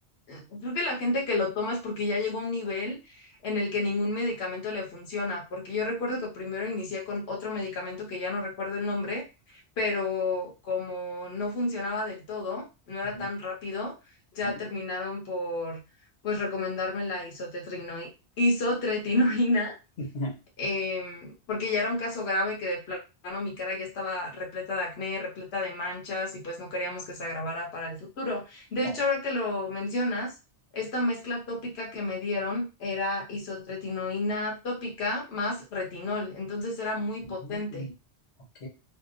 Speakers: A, on the left (about 65°); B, on the left (about 80°).
A: eh, creo que la gente que lo toma es porque ya llegó a un nivel en el que ningún medicamento le funciona, porque yo recuerdo que primero inicié con otro medicamento que ya no recuerdo el nombre, pero como no funcionaba del todo, no era
B: Ujú,
A: tan rápido, ya
B: ujú.
A: terminaron por, pues, recomendarme la isotretrino- isotretinoína
B: <laughs>
A: em, porque ya era un caso grave que de plano mi cara ya estaba repleta de acné, repleta de manchas y pues no queríamos que se agravara para el futuro. De
B: Claro.
A: hecho, ahora que lo mencionas, esta mezcla tópica que me dieron era isotretinoína tópica más retinol, entonces era muy potente.
B: Mm, ok,